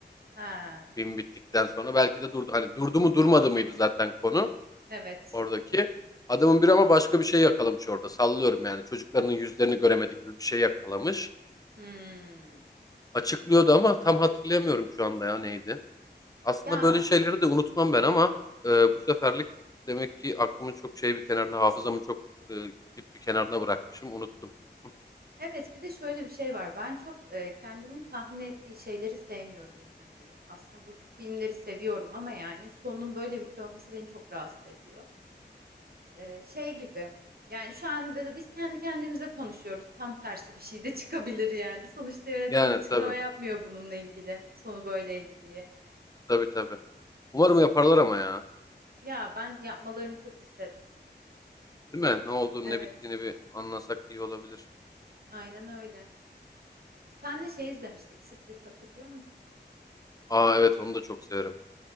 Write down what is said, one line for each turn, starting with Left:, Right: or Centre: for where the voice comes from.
Right: He.
Left: Film bittikten sonra belki de durdu. Hani durdu mu durmadı mıydı zaten konu.
Right: Evet.
Left: oradaki. Adamın biri ama başka bir şey yakalamış orada. Sallıyorum yani. Çocuklarının yüzlerini göremedi gibi bir şey yakalamış.
Right: Hmm.
Left: Açıklıyordu ama tam hatırlayamıyorum şu anda ya neydi. Aslında
Right: Ya
Left: böyle şeyleri de unutmam ben ama e, bu seferlik demek ki aklımın çok şey bir kenarına, hafızamın çok e, dip bir kenarına bırakmışım. Unuttum. <laughs>
Right: evet bir de şöyle bir şey var. Ben çok e, kendimin tahmin ettiği şeyleri sevmiyorum izlemeyi. Aslında bu filmleri seviyorum ama yani sonunun böyle bitiyor olması beni çok rahatsız ediyor. E, şey gibi yani şu anda da biz kendi kendimize konuşuyoruz. Tam tersi bir şey de <laughs> çıkabilir yani. Sonuçta yönetmen
Left: Yani
Right: açıklama
Left: tabii.
Right: yapmıyor bununla ilgili. Sonu böyleydi diye.
Left: Tabii tabii. Umarım yaparlar ama ya.
Right: Ya ben yapmalarını çok isterim.
Left: Değil mi? Ne olduğunu
Right: Evet.
Left: ne bittiğini bir anlasak iyi olabilir.
Right: Aynen öyle. Senle şey izlemiştik. Split hatırlıyor musun?
Left: Aa evet onu da çok severim.